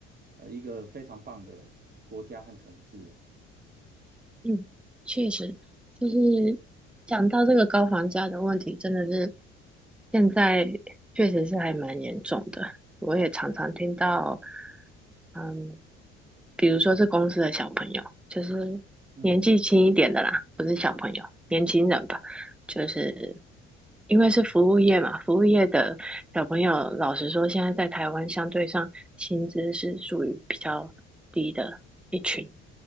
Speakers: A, on the right; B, in the centre.
A: 呃一个非常棒的国家和城市啊。
B: 嗯，确实，就是讲到这个高房价的问题，真的是，现在确实是还蛮严重的，我也常常听到，嗯，比如说是公司的小朋友，就是年纪轻一点的啦，
A: 嗯
B: 不是小朋友，年轻人吧，就是因为是服务业嘛，服务业的小朋友，老实说，现在在台湾相对上薪资是属于比较低的一群，